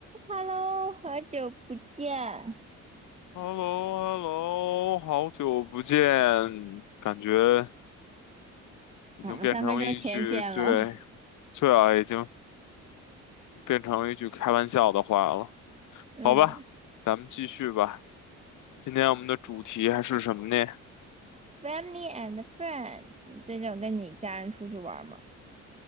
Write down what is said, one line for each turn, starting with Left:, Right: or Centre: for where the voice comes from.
Right: Hello，好久不见。
Left: h e l l o h e l l o 好久不见，感觉已经变成一句，
Right: 我们三分钟前见了，
Left: 对，对啊，已经变成一句开玩笑的话了。
Right: 嗯
Left: 好吧，咱们继续吧。今天我们的主题还是什么呢？
Right: ，Family and Friends，你最近有跟你家人出去玩吗？